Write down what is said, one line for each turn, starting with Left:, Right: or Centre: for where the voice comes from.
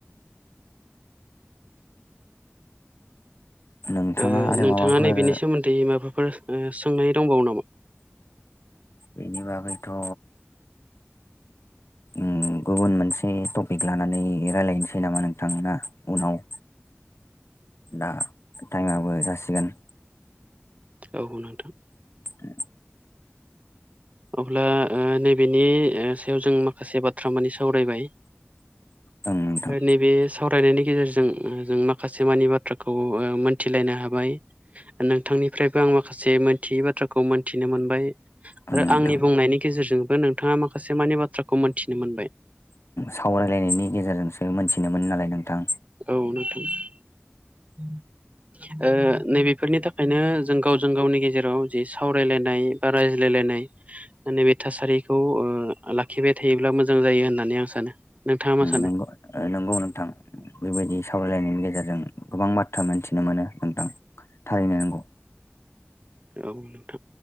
Left: नोंथाङा
Right: ओ
Left: आरो
Right: नोंथाङा
Left: माबाफोर
Right: नैबेनि सोमोन्दै माबाफोर सोंनाय दंबावो नामा?
Left: बेनि बागैथ' उम गुबुन मोनसे टपिक लानानै रायज्लायनोसै नामा नोंथां ना उनाव। दा टाइमाबो जासिगोन।
Right: औ नोंथां।
Left: उम।
Right: अब्ला ओ नैबेनि ओ सायाव जों माखासे बाथ्रा मानि सावरायबाय।
Left: ओं नोंथां
Right: ओ नैबे सावरायनायनि गेजेरजों जों माखासे मानि बाथ्राखौ ओ मोनथिलायनो हाबाय। नोंथांनिफ्रायबो आं माखासे मोनथियै बाथ्राखौ मोनथिनो मोनबाय।
Left: ओं
Right: आरो
Left: नोंथां
Right: आंनि बुंनायनि गेजेरजोंबो नोंथाङा माखासे मानि बाथ्राखौ मोनथिनो मोनबाय।
Left: सावरायलायनायनि गेजेरजोंसो मोनथिनो मोनो नालाय नोंथां।
Right: औ नोंथां। <inaudible> ओ नै बेफोरनि थाखायनो जों गावजों गावनि गेजेराव जि सावरायलायनाय बा रायज्लायलायनाय नैबे थासारिखौ ओ लाखिबाय थायोब्ला मोजां जायो होननानै आं सानो। नोंथाङा मा सानो
Left: नोंगौ। ओ नंगौ नोंथां बेबायदि सावरायलायनायनि गेजेरजों गोबां बाथ्रा मोनथिनो मोनो नोंथां। थारैनै नंगौ।
Right: औ नोंथां।